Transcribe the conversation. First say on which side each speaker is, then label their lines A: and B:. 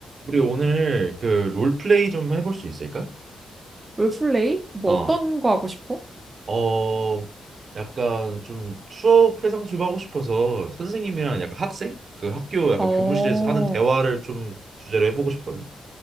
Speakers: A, on the right; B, on the right.
A: 우리 오늘 그 롤플레이 좀 해볼 수 있을까?
B: 롤플레이? 뭐
A: 어,
B: 어떤 거 하고 싶어?
A: 어, 약간 좀 추억 회상 좀 하고 싶어서 선생님이랑 약간 학생? 그 학교 약간
B: 어,
A: 교무실에서 하는 대화를 좀 주제로 해보고 싶거든.